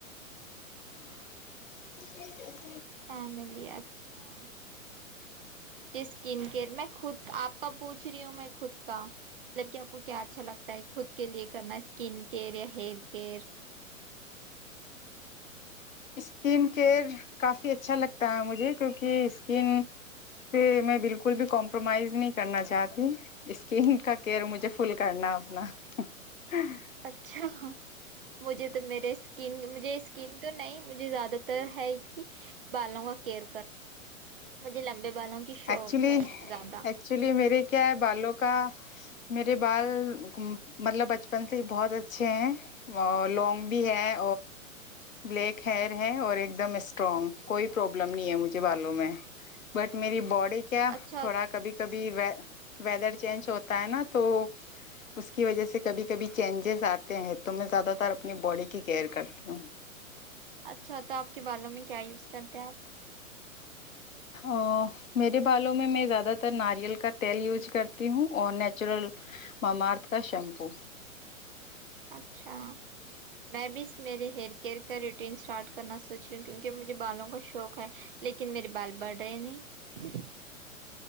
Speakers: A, on the left; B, on the right.
A: <inaudible>
B: <unintelligible>
A: <unintelligible>
B: اچھا ہاں مجھے مجھے سیکنڈ تو نہیں مجھے زیادہ تر بالوں کا کیئر مجھے لمبے بالوں کی شوق
A: ایکچولی
B: ہے زیادہ
A: ایکچولی میرے کیا ہے بالوں کا میرے بال بچپن سے بہت اچھا ہے لاونگ بھی ہے بلیک خیر ہے اور ایک دم سٹرانگ کوئی پرابلم نہیں ہے مجھے بالوں میں بٹ میری باڈی کیا
B: اچھا
A: تھوڑا کبھی کبھی ویدر چینج ہوتا ہے نا تو اس کی وجہ سے کبھی کبھی چینجز اتے ہیں تو میں زیادہ تر اپنی باڈی کی کیئر کرتی ہوں
B: اچھا تو اپ کے بالوں میں کیا یوز کرتے ہیں اپ
A: ا میرے بالوں میں میں زیادہ تر ناریل کا تیل یوز کرتی ہوں اور نیچرل معمارت کا شیمپو
B: اچھا میں بھی میری ہیئر کیئر کریٹین سٹارٹ کرنا سوچ رہی ہوں کیونکہ مجھے بالوں کا شوق ہے لیکن میرے بال بر رہے نہیں